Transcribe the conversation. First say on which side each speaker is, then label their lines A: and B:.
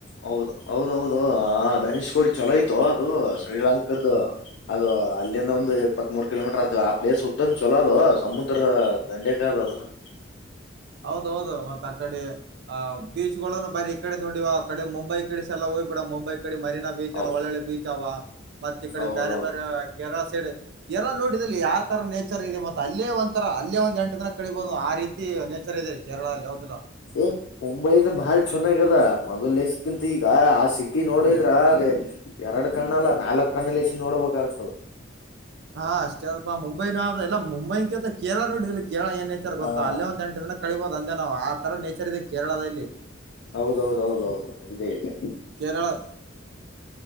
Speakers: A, on the left (about 65°); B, on the right (about 60°).
A: ಹೌದು ಹೌದೌದು ಧನುಷ್ ಕೋಡಿ ಚಲೋ ಆಯಿತೋ ಅದು ಶ್ರೀಲಂಕ್ದ
B: ಹ
A: ಅದು ಅಲ್ಲಿ ಒಂದು ಇಪ್ಪತ್ತ್ ಮೂರ್ ಕಿಲೋಮೀಟರ್ ಆ ಆ ಪ್ಲೇಸ್ ಉದ್ದನ್ ಚೊಲೋದು ಸಮುದ್ರದ ದಂಡೆಗದು ಅದುನು
B: ಹೌದೌದು ಮತ್ತ ಆ ಕಡೆ ಆ ಬೀಚ್ ಬಾರಿ ಈ ಕಡೆ ನೋಡಿವ ಆ ಕಡೆ ಮುಂಬೈ ಕಡಿಸ ಎಲ್ಲ ಹೋಗ್ಬ ಬಿಡಮ ಮುಂಬೈಗ ಈಡೆ ಮರಿನಾ ಬೀಚ್
A: ಹೌ-
B: ಅಲ್ಲ ಒಳ್ಳೆ ಒಳ್ಳೆ ಬೀಚ್ ಅವ ಮತ್ತೆ ಕಡೆ
A: ಹೌದೌದು
B: ಬೇರೆ ಬೇರೆ ಕೆೇರಳ ಯರ ನೋಡಿದಲ್ಲಿ ಯಾತರ ನೇಚರ ಇದೆ ಮತ ಅಲ್ಲೇ ಒಂದ ರ ಅಲ್ಲೇ ಒಂದ ಎಂಟು ದಿನ ಕಳಿಬಹದು ಆ ರೀತಿೆ ಇದಾರೆ ಕೇರಳ ಅಲ್ಲಿ ಹೌದ ಇಲ್ಲೋ
A: ಏ ಮುಂಬೈನ ಬಾಳ ಚಲೋಗ್ಯದ ಮೊದ್ಲ್ಸಕಿಂತ ಈಗ ಆ ಸಿಟಿ ನೋಡಿದ್ರ ಎರಡ್ ಕಣ್ಣ ಅಲ್ಲ ನಾಲ್ಕ್ ಕಣ್ಣ ಲಸ ನೋಡ್ಬೇಕ ಅನ್ಸ್ತುದು
B: ಹಾ ಅಷ್ಟೇ ಅದಪ್ಪಾ ಮುಂಬೈನ ಆದ ಇಲ್ಲ ಮುಂಬೈಕ ಅಂತ ಕೇರಳ ನೋಡೋದಿಲ್ಲ ಕೇರಳ ಏನ್ ನೇಚರ ಗೊತ್ತ
A: ಹಾ
B: ಅಲ್ಲ ಒಂದೆಂಟ್ ದಿನ ಕಳಿಬಹುದು ಅಂದೇ ನಾ ಆ ತರ ನೇಚರ್ ಚರ ಇದೆ ಕೇರಳದಲ್ಲಿ
A: ಹೌದೌದೌದೌದು ಇದೇ ಇದೆ
B: ಕೇರಳ